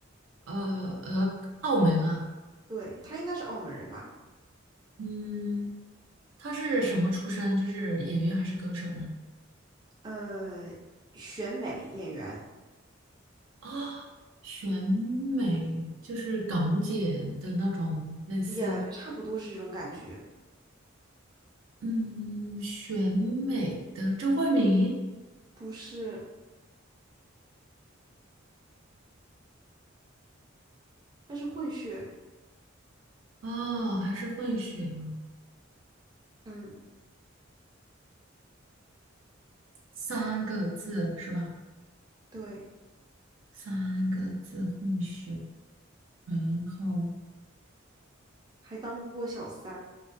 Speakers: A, on the right (about 75°); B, on the right (about 20°).
A: 呃呃，澳门啊，
B: 对，他应该是澳门人吧？
A: 嗯，他是什么出身？就是演员还是歌手呢？
B: 呃，选美演员，
A: 啊，选美就是港姐的那种类似，
B: 也就差不多是这种感觉，
A: 嗯，选美的周慧敏
B: 不是，他是混血，
A: 啊，还是混血啊？
B: 嗯，
A: 三个字是吧？
B: 对，
A: 三个字混血，然后
B: 还当过小三，